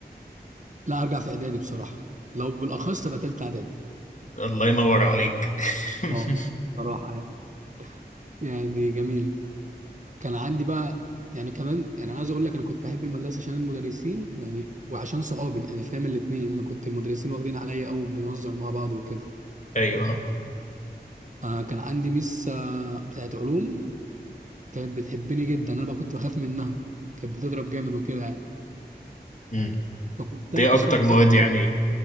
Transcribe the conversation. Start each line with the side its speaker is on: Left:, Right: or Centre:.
Right: لا ارجع في اعدادي بصراحه لو بالاخص تبقى تالته اعدادي
Left: الله ينور عليك <laughs>
Right: اه بصراحه يعني يعني جميله كان عندي بقى يعني كمان يعني انا عايز اقول لك انا كنت بحب المدرسه عشان المدرسين يعني وعشان صحابي يعني فاهم الاتنين انا كنت المدرسين واخدين عليا قوي بنهزر مع بعض وكده
Left: ايوه
Right: آه كان عندي ميس آه بتاعت علوم كانت بتحبني جدا انا بقى كنت بخاف منها كانت بتضرب جامد وكده يعني.
Left: امم
Right: فكنت انا
Left: ايه
Right: اصلا
Left: اكتر
Right: بذاكر
Left: مواد يعني